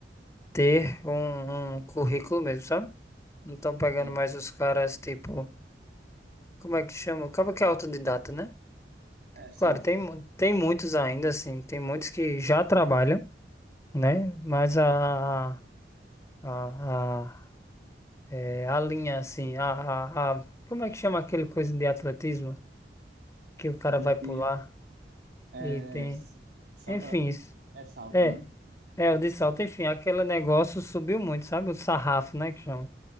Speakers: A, on the left; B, on the right.
A: ter um, um currículo mesmo, sabe? Não estão pegando
B: Sim.
A: mais os caras, tipo, como é que chama? Acaba que é autodidata, né?
B: É, sim.
A: Claro, tem, mu- tem muitos ainda, assim, tem muitos que já trabalham, né? Mas a, a, a, é, a linha, assim, a, a, a- como é que chama aquele coisa de atletismo que o cara
B: Atletismo
A: vai pular
B: é
A: e tem,
B: s- salta
A: enfim, isso.
B: é salto,
A: É,
B: né?
A: É, o de salto, enfim, aquele negócio subiu muito, sabe? O sarrafo, né, que chama.